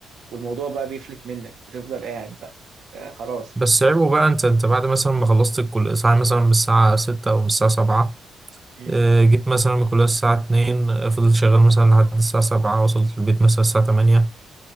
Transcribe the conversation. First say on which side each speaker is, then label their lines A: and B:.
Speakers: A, on the right (about 65°); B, on the right (about 15°).
A: والموضوع بقى بيفلت منك بتفضل قاعد بقى آه خلاص
B: بس عيبه بقى انت انت بعد مثلا ما خلصت الكليه ساعه مثلا من الساعه 6 او من الساعه 7
A: مم.
B: آه، جيت مثلا من الكليه الساعه 2 آه، فضلت شغال مثلا لحد الساعه 7 وصلت البيت مثلا الساعه 8